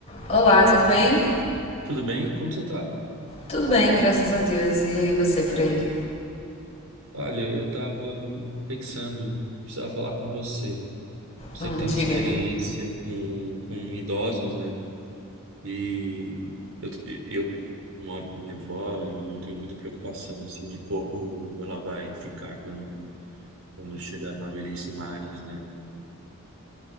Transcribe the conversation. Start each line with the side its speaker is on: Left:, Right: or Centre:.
Left: Olá, tudo bem?
Right: Tudo bem? Como você tá?
Left: Tudo bem, graças a Deus. E você por aí?
Right: Olha, eu tava pensando, precisava falar com você. Você
Left: Hum,
Right: que tem
Left: diga.
Right: uma experiência com, com idosos, né? E eu, eu moro com minha avó e eu tenho muita preocupação, assim, de como ela vai ficar quando, quando chegar numa velhice mais, né?